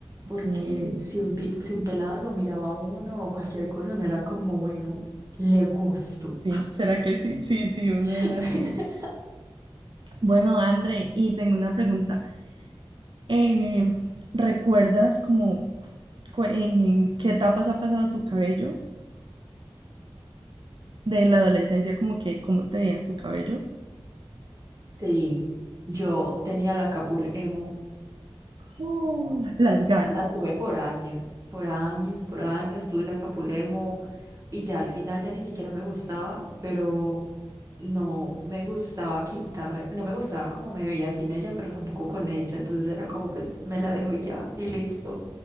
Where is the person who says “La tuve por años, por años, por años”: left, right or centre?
Right